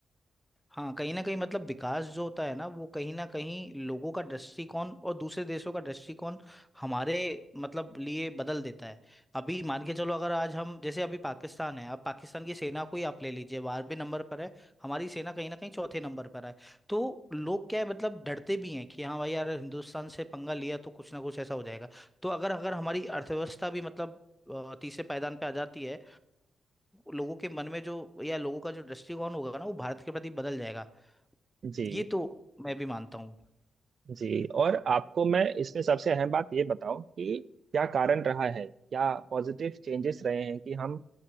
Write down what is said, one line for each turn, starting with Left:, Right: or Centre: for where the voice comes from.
Centre: हाँ कहीं ना कहीं मतलब विकास जो होता है ना वो कहीं ना कहीं लोगों का दृष्टिकोण और दूसरे देशों का दृष्टिकोण हमारे मतलब लिए बदल देता है अभी मान के चलो अगर आज हम जैसे अभी पाकिस्तान है अब पाकिस्तान की सेना को ही आप ले लीजिए बारहवें नंबर पर है हमारी सेना कहीं ना कहीं चौथे नंबर पर है तो लोग क्या है मतलब डरते भी हैं कि हाँ भाई यार हिंदुस्तान से पंगा लिया तो कुछ ना कुछ ऐसा हो जाएगा तो अगर अगर हमारी अर्थव्यवस्था भी मतलब अ, तीसरे पायदान पे आ जाती है लोगों के मन में जो या लोगों का जो दृष्टिकोण होगा ना वो भारत के प्रति बदल जाएगा
Right: जी
Centre: ये तो मैं भी मानता हूँ
Right: जी और आपको मैं इसमें सबसे अहम बात ये बताऊं कि क्या कारण रहा है क्या पॉजिटिव चेंजेस रहे हैं कि हम